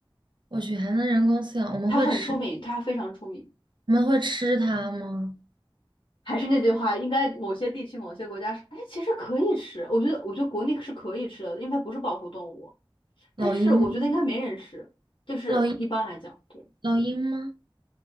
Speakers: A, on the right; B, on the left.
A: 我去，还能人工饲养？我们会吃，
B: 它很出名，它非常出名。
A: 我们会吃它吗？
B: 还是那句话，应该某些地区、某些国家是，哎，其实可以吃，我觉得我觉得国内是可以吃的，因为它不是保护动物，
A: 老鹰吗？
B: 但是我觉得应该没人吃，就是一般来讲，
A: 老鹰，
B: 对。
A: 老鹰吗？